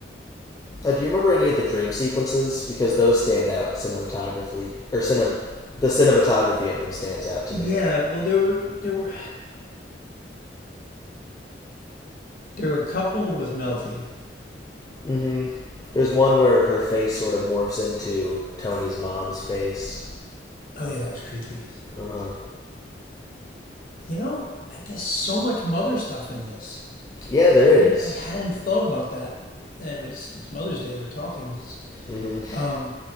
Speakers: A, on the left (about 20°); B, on the left (about 50°).
A: Uh, do you remember any of the dream sequences? Because those stand out cinematographically, or cine, the cinematography of them stands out to
B: Yeah,
A: me.
B: well, there were there were there were a couple with Melfi.
A: hmm There's one where her face sort of morphs into Tony's mom's face.
B: Oh yeah, that was creepy.
A: Uh huh.
B: You know, I- there's so much mother stuff in this.
A: Yeah, there
B: I,
A: is.
B: I hadn't thought about that. And it was it's Mother's Day. We're talking. Just,
A: Mm-hmm.
B: um,